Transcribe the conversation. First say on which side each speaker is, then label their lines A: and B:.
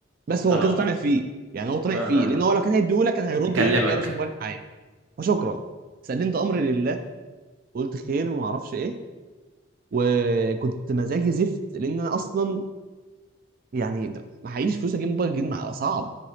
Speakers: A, on the right; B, on the right.
A: بس هو
B: خلاص
A: كده طمع فيه يعني هو طمع
B: اه
A: فيه
B: اه
A: لان هو لو كان هيديهولك كان هيرد
B: اكلمك
A: يقول لك يا باشا موبايل معايا فشكرا سلمت امري لله قلت خير وما اعرفش ايه وكنت مزاجي زفت لان انا اصلا يعني معيش فلوس اجيب موبايل جديد مع صعب